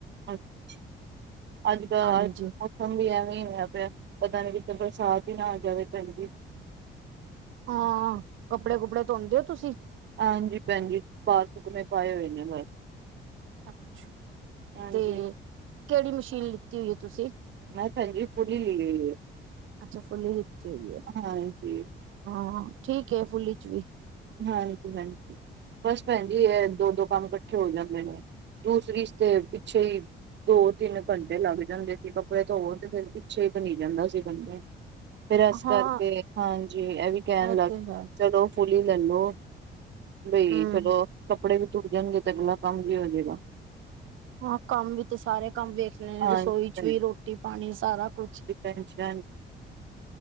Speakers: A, on the right (about 65°); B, on the right (about 80°).
A: ਅੱਛਾ, ਅੱਜ ਕੱਲ
B: ਹਾਂਜੀ
A: ਮੌਸਮ ਵੀ ਐਵੇ ਹੋਇਆ ਪਿਆ, ਪਤਾ ਨੀ ਕਿਤੇ ਬਰਸਾਤ ਹੀ ਨਾ ਆ ਜਾਵੇ ਭੈਣ ਜੀ।
B: ਹਾਂ ਕੱਪੜੇ ਕੁਪੜੇ ਧੋੋਂਦੇ ਹੋ ਤੁਸੀਂ?
A: ਹਾਂਜੀ ਭੈਣਜੀ ਬਾਹਰ ਸੁੱਕਣੇ ਪਾਏ ਹੋਏ ਨੇ।
B: ਅੱਛਾ,
A: ਹਾਂਜੀ
B: ਤੇ ਕਿਹੜੀ ਮਸ਼ੀਨ ਲਿੱਤੀ ਹੋਈ ਤੁਸੀਂ?
A: ਮੈਂ ਭੈਣ ਜੀ ਫੁਲ ਹੀ ਲਈ ਹੋਈ ਏ,
B: ਅੱਛਾ ਫੁੱਲੀ ਲਿੱਤੀ ਹੋਈ ਹੈ
A: ਹਾਂਜੀ।
B: ਹਾਂ, ਠੀਕ ਏ ਫੁਲ ਵਿਚ ਵੀ।
A: ਹਾਂਜੀ ਹਾਂਜੀ, ਬਸ ਭੈਣ ਜੀ ਐ ਦੋ ਦੋ ਕੰਮ ਇਕੱਠੇ ਹੋ ਜਾਂਦੇ ਨੇ। ਦੂਸਰੀ ਇਸ ਤੇ ਪਿੱਛੇ ਹੀ ਦੋ ਤਿੰਨ ਘੰਟੇ ਲੱਗ ਜਾਂਦੇ ਸੀ, ਕੱਪੜੇ ਧੋਵੋ ਤੇ ਫਿਰ ਪਿੱਛੇ ਹੀ ਭਰੀ ਜਾਂਦਾ ਸੀ ਗੰਦੇ। ਫੇਰ ਇਸ ਕਰਕੇ
B: ਹਾਂ
A: ਹਾਂਜੀ, ਐ ਵੀ ਕਹਿਣ
B: ਇਹ
A: ਲੱਗ
B: ਤੇ ਹੈ
A: ਚਲੋ ਫੁਲੀ ਲੈ ਲੋ। ਬਈ
B: ਹਮ
A: ਚਲੋ ਕੱਪੜੇ ਵੀ ਧੁਪ ਜਾਣਗੇ ਤੇ ਅਗਲਾ ਕੰਮ ਵੀ ਹੋ ਜਏਗਾ।
B: ਹਾਂ ਕੰਮ ਵੀ ਤੇ ਸਾਰੇ ਕੰਮ ਵੇ ਵੇਖਣੇ
A: ਹਾਂਜੀ
B: ਤੇ ਰਸੋਈ ਚ
A: ਭੈਣ
B: ਵੀ ਰੋਟੀ ਪਾਣੀ ਸਾਰਾ ਕੁਛ
A: <unintelligible>